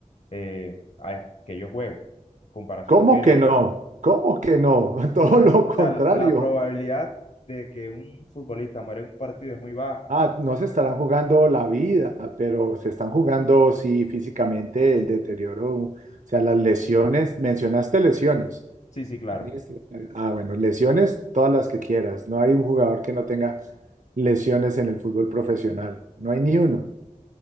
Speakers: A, on the left; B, on the right.
A: eh, a- que ellos juegan. Comparación
B: ¿Cómo
A: que lo,
B: que no? ¿Cómo que no? <laughs> Todo
A: o sea,
B: lo
A: o
B: contrario.
A: sea, la probabilidad de que un futbolista muera en un partido es muy baja.
B: Ah, no se estarán jugando la vida, pero se están jugando, sí, físicamente el deterioro, o sea, las lesiones. Mencionaste lesiones.
A: Sí, sí, claro.
B: ¿no dijiste? Ah, bueno, lesiones todas las que quieras. No hay un jugador que no tenga lesiones en el fútbol profesional. No hay ni uno.